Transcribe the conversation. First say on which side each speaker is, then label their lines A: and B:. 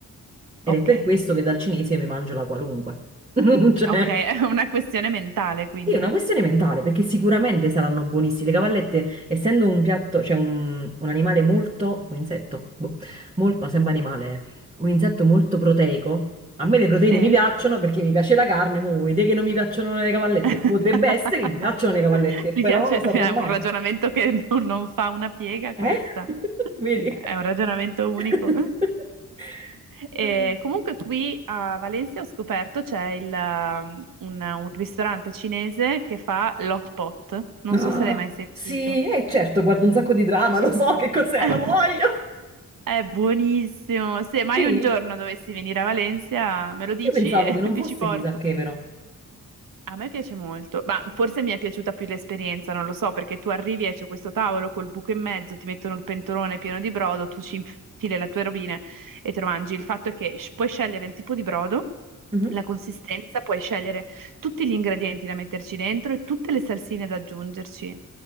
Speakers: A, on the right (about 20°); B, on the right (about 80°).
A: Ed
B: Ok.
A: è per questo che dal cinese mi mangio la qualunque. <laughs> Cioè,
B: Ok, <laughs> è una questione mentale, quindi.
A: sì, è una questione mentale, perché sicuramente saranno buonissime. Le cavallette, essendo un piatto, cioè un, un animale molto, un insetto, boh, molto, ma sembra animale, eh. un insetto molto proteico. A me le proteine
B: Sì?
A: mi piacciono perché mi piace la carne, mo, vuoi dire che non mi piacciono le cavallette?
B: <laughs>
A: Potrebbe essere che mi piacciono le cavallette,
B: Mi
A: però
B: piace,
A: non lo saprò
B: è
A: mai.
B: un ragionamento che non, non fa una piega
A: Eh?
B: questa,
A: <laughs> Vedi?
B: è un ragionamento unico.
A: <laughs>
B: E comunque qui a Valencia ho scoperto c'è il, um, un, un ristorante cinese che fa l'hot pot, non
A: Ah,
B: so se l'hai mai sentito.
A: sì, eh, certo, guardo un sacco di drama, lo so che cos'è,
B: <laughs>
A: lo voglio.
B: È buonissimo, se mai
A: Sì,
B: un giorno dovessi venire a Valencia me lo dici
A: io pensavo
B: e
A: che non
B: <laughs> ti
A: fosse
B: ci porto.
A: chissà che, però.
B: A me piace molto, ma forse mi è piaciuta più l'esperienza, non lo so, perché tu arrivi e c'è questo tavolo col buco in mezzo, ti mettono il pentolone pieno di brodo, tu ci infili le tue robine e te lo mangi. Il fatto è che sc- puoi scegliere il tipo di brodo,
A: Mhm.
B: la consistenza, puoi scegliere tutti gli ingredienti da metterci dentro e tutte le salsine da aggiungerci.